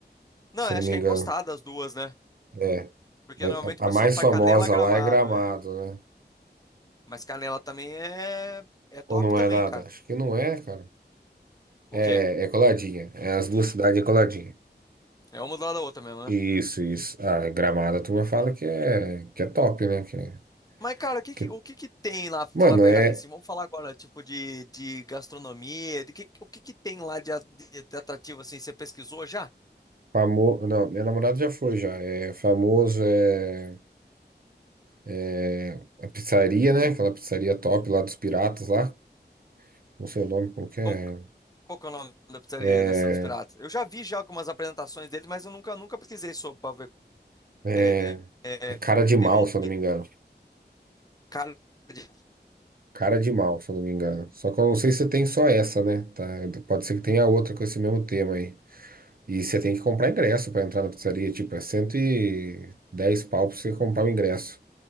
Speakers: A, on the left; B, on the right.
A: Não,
B: Se
A: acho
B: eu não me
A: que
B: engano.
A: é encostado as duas, né?
B: é.
A: Porque
B: Mas
A: normalmente
B: A
A: o pessoal
B: a mais
A: faz
B: famosa
A: Canela Gramado,
B: lá é Gramado,
A: é
B: né?
A: Mas canela também é, é top
B: Ou não
A: também,
B: é nada?
A: cara.
B: Acho que não é, cara. É,
A: O quê?
B: é coladinha. É as duas cidades é coladinha.
A: É uma do lado da outra mesmo, né?
B: Isso, isso. Ah, Gramado, a turma fala que é, que é top, né? Que, é-
A: Mas, cara, o que
B: que,
A: que, o que que tem lá, pra
B: mano,
A: falar a verdade,
B: é
A: assim? Vamos falar agora, tipo, de, de gastronomia, de que, o que que tem lá de, a- de, de atrativo, assim? Você pesquisou já?
B: famoso. Não, minha namorada já foi já. É famoso, é, é a pizzaria, né? Aquela pizzaria top lá dos piratas lá. Não sei o nome, como que é.
A: Como, qual que é o nome da pizzaria
B: É,
A: dessa dos piratas? Eu já vi já algumas apresentações dele, mas eu nunca, nunca pesquisei sobre pra ver
B: é,
A: é, é,
B: é
A: é,
B: cara de mal,
A: tem um
B: se eu não me engano.
A: cara de
B: Cara de mal, se eu não me engano. Só que eu não sei se tem só essa, né? Tá? Pode ser que tenha outra com esse mesmo tema aí. E você tem que comprar ingresso pra entrar na pizzaria. Tipo, é 110 pau pra você comprar o ingresso